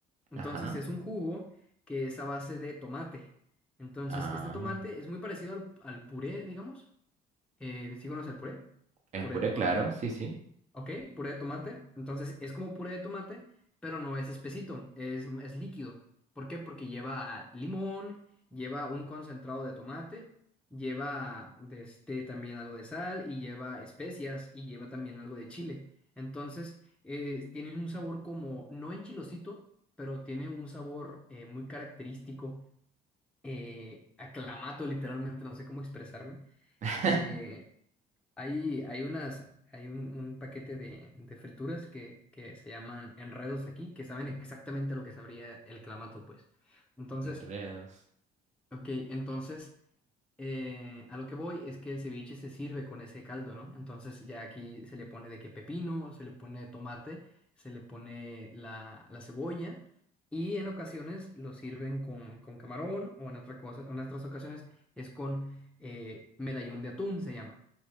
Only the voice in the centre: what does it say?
Entonces
es un jugo que es a base de tomate. Entonces,
este tomate es muy parecido al, al puré, digamos. Eh, ¿sí conoces el puré?
Puré
de tomate.
Ok, puré de tomate. Entonces es como puré de tomate, pero no es espesito, es, es líquido. ¿Por qué? Porque lleva limón, lleva un concentrado de tomate, lleva de este, también algo de sal y lleva especias y lleva también algo de chile. Entonces eh, tiene un sabor como, no enchilosito, pero tiene un sabor eh, muy característico, eh, aclamato literalmente, no sé cómo expresarme.
Eh, hay, hay unas, hay un, un paquete de, de frituras que, que se llaman enredos aquí, que saben exactamente a lo que sabría el clamato, pues. Entonces,
ok, entonces eh, a lo que voy es que el ceviche se sirve con ese caldo, ¿no? Entonces ya aquí se le pone de que pepino, se le pone tomate, se le pone la, la cebolla y en ocasiones lo sirven con, con camarón o en otra cosa, en otras ocasiones es con eh, medallón de atún, se llama.